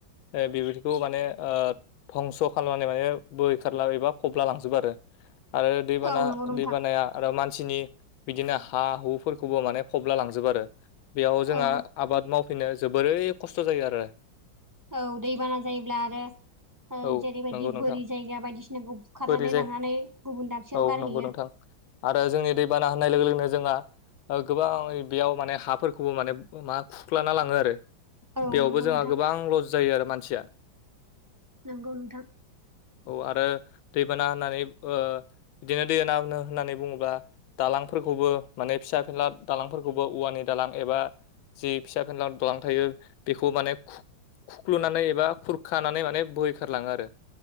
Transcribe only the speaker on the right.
औ नंगौ नोंथां
औ
औ दैबाना जायोब्ला आरो
जेरैबायदि
बोरि जायगा बा हम जयदिसिनाखौ बुखारनानै
लांनानै गुबुन दाबसेयाव
गारहैयो।
औ
नंगौ
नोंथां
नगौ नोंथां